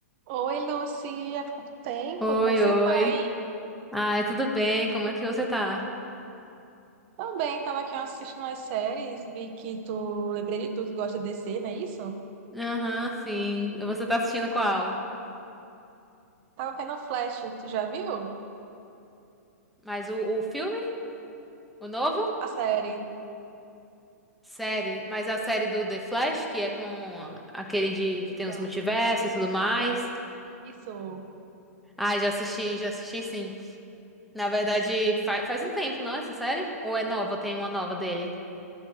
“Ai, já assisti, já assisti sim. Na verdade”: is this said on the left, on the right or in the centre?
Centre